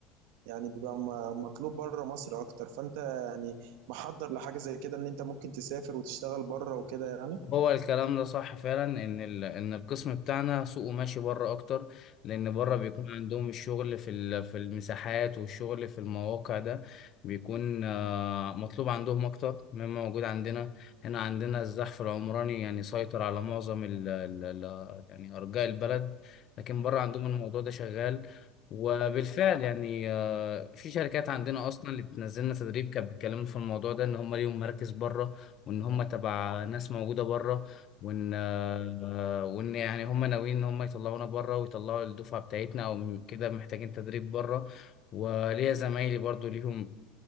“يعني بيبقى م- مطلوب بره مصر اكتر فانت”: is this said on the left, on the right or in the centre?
Right